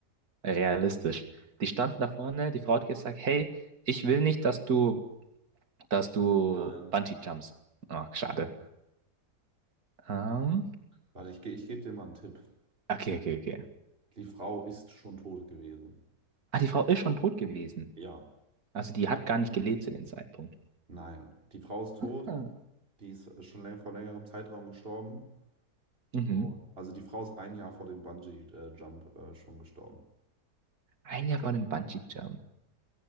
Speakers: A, on the right; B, on the right.
A: realistisch. Die standen da vorne, die Frau hat gesagt, hey, ich will nicht, dass du, dass du
B: Nein.
A: Bungee jumps. Ach, schade. Ähm,
B: Warte, ich, ge- ich gebe dir mal einen Tipp.
A: okay, okay, okay.
B: Die Frau ist schon tot gewesen.
A: Ah, die Frau ist schon tot gewesen.
B: Ja.
A: Also die hat gar nicht gelebt zu dem Zeitpunkt.
B: Nein. Die Frau ist tot.
A: Ah,
B: Die ist schon läng vor längerem Zeitraum gestorben.
A: Mhm.
B: Und- Also die Frau ist ein Jahr vor dem Bungee-Jump äh, schon gestorben.
A: Ein Jahr vor dem Bungee Jump.